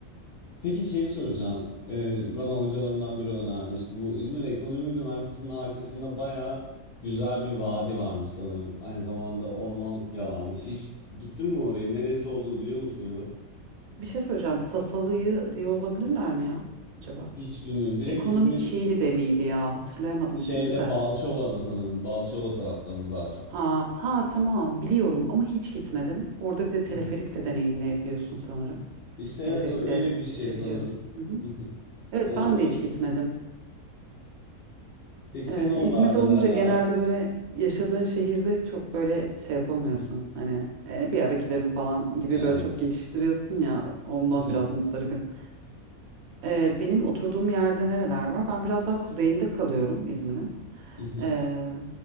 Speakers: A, on the left (about 55°); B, on the right (about 80°).
A: Peki şeyi soracağım. Ee, bana hocalarımdan biri önermişti. Bu İzmir Ekonomi Üniversitesi'nin arkasında bayağı güzel bir vadi varmış sanırım. Aynı zamanda ormanlık bir alanmış. Hiç gittin mi oraya? Neresi olduğunu biliyor musun ya da?
B: Bir şey söyleyeceğim. Sasalı'yı diye olabilirler mi ya acaba?
A: Hiç bilmiyorum. Direkt
B: Ekonomi
A: İzmir
B: Çiğli de miydi ya? Hatırlayamadım
A: şeyde
B: şimdi de.
A: Balçova'da sanırım. Balçova taraflarında daha çok.
B: Ha ha tamam biliyorum ama hiç gitmedim. Orada bir de teleferik
A: Hı hı.
B: de deneyimleyebiliyorsun sanırım.
A: İşte
B: Teleferikle
A: evet o öyle bir şey
B: geçebiliyorsun.
A: sanırım.
B: Hı hı.
A: Hı hı.
B: Evet
A: O
B: ben
A: orası.
B: de hiç gitmedim.
A: Peki
B: Ee,
A: senin oralarda
B: İzmir'de olunca
A: nereler
B: genelde
A: var?
B: böyle yaşadığın şehirde çok böyle şey yapamıyorsun.
A: <laughs>
B: Hani "E, bir ara giderim falan gibi
A: Evet.
B: böyle çok geçiştiriyorsun ya ondan
A: Mhm,
B: biraz muzdaribim. Ee, benim oturduğum yerde nereler var? Ben biraz daha kuzeyinde kalıyorum İzmir'in.
A: mhm,
B: Ee,